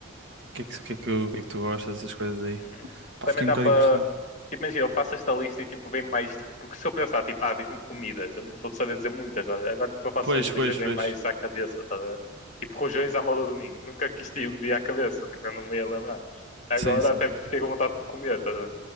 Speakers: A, on the right; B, on the left.
A: que é que, o que é que, o que é que tu gostas, essas coisas aí.
B: Uhum.
A: Pá,
B: Também
A: fiquei
B: dá
A: um bocado
B: para.
A: impressionado.
B: Tipo, imagina, eu faço esta lista e tipo, vem mais. Tipo, porque se eu pensar, tipo, ah, diz-me comidas, eu não vou saber dizer muitas. olha. Agora, tipo, eu faço
A: Pois,
B: essas listas
A: pois,
B: e vem
A: pois,
B: mais à cabeça, tá a ver? Tipo, rojões à moda do domingo. Nunca quis te me vir à cabeça, tipo, eu não me ia lembrar. Agora
A: sim, sim,
B: até
A: sim.
B: fiquei com vontade de comer, tá a ver?